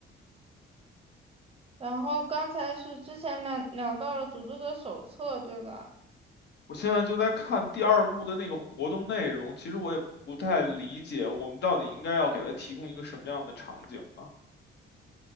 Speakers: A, on the right; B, on the left.
A: 然后刚才是之前聊聊到了组织者手册，对吧？
B: 我现在就在看第二幕的那个活动内容，其实我也不太理解，我们到底应该要给它提供一个什么样的场景啊？